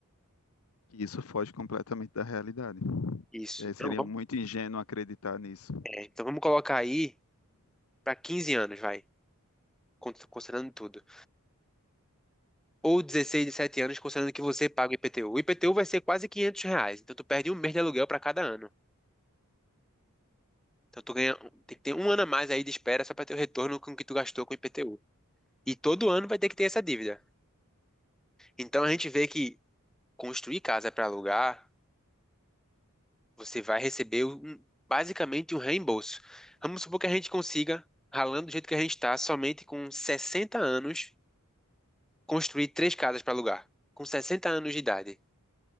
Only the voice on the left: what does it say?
E isso foge completamente da realidade.
É,
seria
muito ingênuo acreditar nisso.